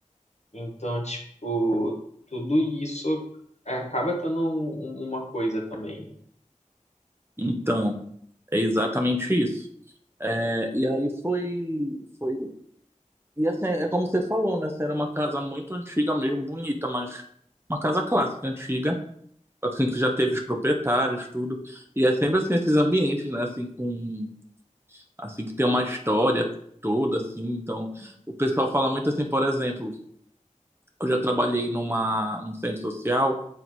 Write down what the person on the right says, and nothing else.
Então, é exatamente isso. É, e aí foi, foi. E assim, é como você falou, né? Essa era uma casa muito antiga mesmo, bonita, mas uma casa clássica, antiga, assim, que já teve os proprietários, tudo. E é sempre assim, esses ambientes, né? Assim, com, assim, que tem uma história toda, assim. Então, o pessoal fala muito assim, por exemplo, eu já trabalhei numa, num centro social